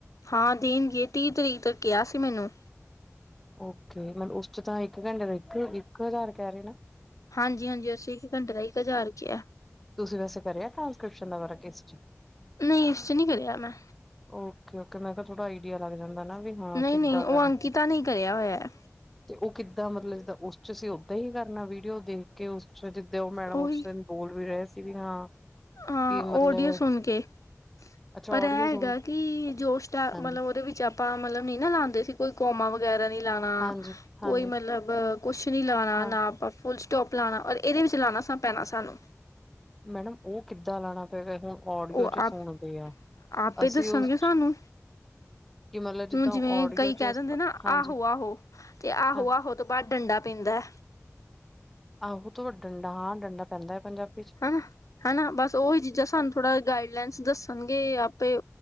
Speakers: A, on the left; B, in the centre.
A: ਹਾਂ ਦੇਣਗੇ, ਤੀਹ ਤਰੀਕ ਤੱਕ ਕਿਹਾ ਸੀ ਮੈਨੂੰ
B: ਓਕੇ ਮਤਲਬ ਉਸ ਚ ਤਾਂ ਇੱਕ ਘੰਟੇ ਦਾ ਇੱਕ, ਇੱਕ ਹਜ਼ਾਰ ਕਹਿ ਰਹੇ ਨਾ।
A: ਹਾਂਜੀ, ਹਾਂਜੀ ਅਸੀਂ ਇੱਕ ਘੰਟੇ ਦਾ ਇੱਕ ਹਜ਼ਾਰ ਹੀ ਕਿਹਾ।
B: ਤੁਸੀਂ ਵੈਸੇ ਕਰਿਆ ਟਾਂਸਕ੍ਰਿਪਸ਼ਨ ਦਾ ਬਾ ਕਿਸਟ
A: ਨਹੀਂ ਇਸ 'ਚ ਨਹੀਂ ਕਰਿਆ ਮੈਂ
B: ਓਕੇ, ਮੈਂ ਕਿਹਾ ਥੋੜਾ ਆਈਡੀਆ ਲੱਗ ਜਾਂਦਾ ਨਾ ਵੀ। ਹਾਂ
A: ਨਹੀਂ,
B: ਕਿੱਦਾਂ
A: ਨਹੀਂ ਉਹ
B: ਕਰਨਾ
A: ਅੰਕਿਤਾ ਨਹੀਂ ਕਰਿਆ ਹੋਇਆ।
B: ਤੇ ਉਹ ਕਿੱਦਾਂ ਮਤਲਬ ਜਿੱਦਾਂ ਉਸ ਚ ਅਸੀਂ ਓਦਾਂ ਹੀ ਕਰਨਾ ਵੀਡੀਓ ਦੇਖ ਕੇ ਉਸ 'ਚ ਤੇ ਉਹ ਮੈਡਮ
A: ਉਹੀ
B: ਉਸ ਦਿਨ ਬੋਲ ਵੀ ਰਹੇ ਸੀ ਵੀ ਹਾਂ
A: ਹਾਂ
B: ਕਿ ਮਤਲਬ
A: ਓਡੀਓ ਸੁਣ ਕੇ,
B: ਅੱਛਾ
A: ਪਰ
B: ਓਡੀਓ
A: ਇਹ ਹੈਗਾ
B: ਸੁਣ
A: ਕੀ ਜੋਸ਼ ਟੈਗ
B: ਹਾਂਜੀ
A: ਮਤਲਬ ਉਹਦੇ ਵਿੱਚ ਆਪਾਂ ਮਤਲਬ ਨਹੀਂ ਨਾ ਲਾਉਂਦੇ ਸੀ। ਕੋਈ ਕੌਮਾ ਵਗੈਰਾ ਨਹੀਂ ਲਾਉਣਾ,
B: ਹਾਂਜੀ ਹਾਂਜੀ
A: ਕੋਈ ਮਤਲਬ ਕੁਛ ਨਹੀਂ ਲਾਉਣਾ
B: ਹਾਂ
A: ਨਾ ਆਪਾਂ ਫੁਲ ਸਟੋਪ ਲਾਉਣਾ, ਔਰ ਇਹਦੇ ਵਿੱਚ ਲਾਉਣਾ ਪੈਣਾ ਸਾਨੂੰ।
B: ਮੈਡਮ ਉਹ ਕਿੱਦਾਂ ਲਾਉਣਾ ਪਏਗਾ ਹੁਣ ਓਡੀਓ
A: ਉਹ
B: ਚ
A: ਆਪ,
B: ਸੁਣਦੇ ਆ
A: ਆਪੇ
B: ਅਸੀਂ
A: ਦੱਸਣਗੇ
B: ਉਸ
A: ਸਾਨੂੰ।
B: ਕਿ ਮਤਲਬ ਜਿੱਦਾਂ
A: ਹੁਣ ਜਿਵੇਂ
B: ਓਡੀਓ
A: ਕਈ ਕਹਿ
B: ਚ
A: ਦਿੰਦੇ ਨਾ
B: ਹਾਂਜੀ
A: ਆਹੋ, ਆਹੋ ਤੇ ਆਹੋ,
B: ਹਾਂ
A: ਆਹੋ ਤੋਂ ਬਾਅਦ ਡੰਡਾ ਪੈਂਂਦਾ।
B: ਆਹੋ ਤਾਂ ਡੰਡਾ ਹਾਂ ਡੰਡਾ ਪੈਂਦਾ ਹੈ ਪੰਜਾਬ
A: ਹਨਾ, ਹਨਾ ਬਸ ਉਹੀ ਚੀਜ਼ਾਂ ਸਾਨੂੰ ਥੋੜਾ ਗਾਈਡਲਾਈਨ ਦੱਸਣਗੇ ਆਪੇ